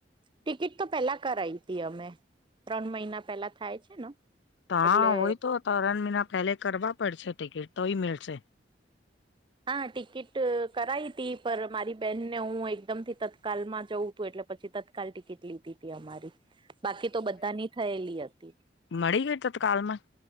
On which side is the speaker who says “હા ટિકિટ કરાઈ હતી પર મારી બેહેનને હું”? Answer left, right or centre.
Right